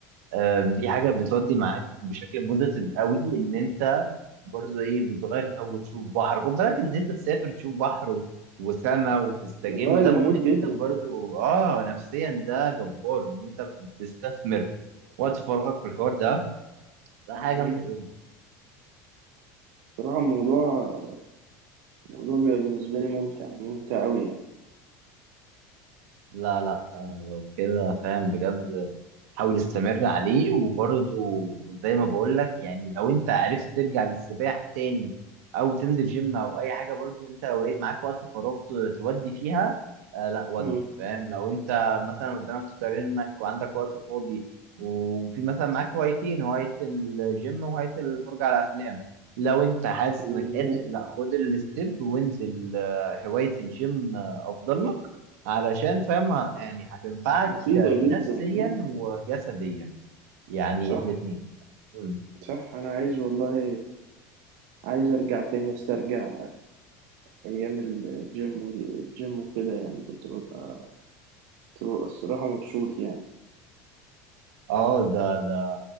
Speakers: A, on the right; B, on the right.
A: آه، دي حاجة بتودي معاك بشكل بوزيتيف قوي إن أنت برضو إيه بتغير جو وتشوف بحر خد بالك إن أنت تسافر تشوف بحر وسما وتستجم
B: بغير
A: ده
B: المود
A: مهم جدا
B: جدا
A: برضو آه نفسيا ده جبار إن أنت بتستثمر وقت فراغك في الحوار ده لا حاجة
B: أمم،
A: جامدة جدا
B: بصراحة الموضوع الموضوع بيبقى بالنسبة لي ممتع ممتع أوي يعني
A: لا لا آه، لو كده فاهم بجد حاول استمر عليه وبرضه زي ما بقول لك يعني لو انت عرفت ترجع للسباحة تاني او تنزل جيم او اي حاجة برضه انت لو لقيت معاك وقت فراغ ت- تودي فيها آه لا ودي
B: مم.
A: فاهم لو انت مثلا قدامك اختيارين انك وعندك وقت فاضي وفي مثلا معاك هوايتين هواية الجيم وهواية الفرجة على افلام لو انت حاسس
B: بالظبط
A: انك قادر لا خد الستيب وانزل آه، هواية الجيم آه، افضل لك علشان فاهم ه- يعني هتنفعك
B: مفيدة جدا
A: نفسيا
B: مم.
A: وجسديا يعني
B: صح
A: الاتنين مم.
B: صح أنا عايز والله عايز أرجع تاني أسترجع أيام الجيم ودي الجيم وكده يعني كنت ببقى كنت ببقى الصراحة مبسوط يعني
A: اه ده ده